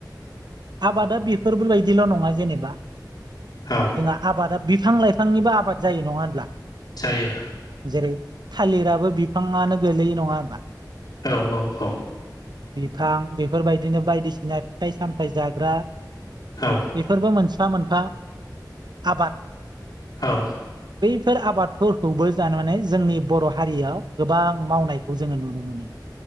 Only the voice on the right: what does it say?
आबादा बेफोरबोबायायदिल' नङा जेनेबा
जोंहा आबादा बिफां लाइफांनिबो आबाद जायो नङा होनब्ला
जेरै थालिराबो बिफाङानो गोलैयो नङा होमबा
फां बेफोरबायदिनो बायदिसिना फिथाइ-सामथाय जाग्रा
बेफोरबो मोनसे मोनफा मोनफा आबाद
बिफोर आबादफोरखौबो जानानै जोंनि बर' हारियाव गोबां मावनायखौ जोङो नुनो मोनो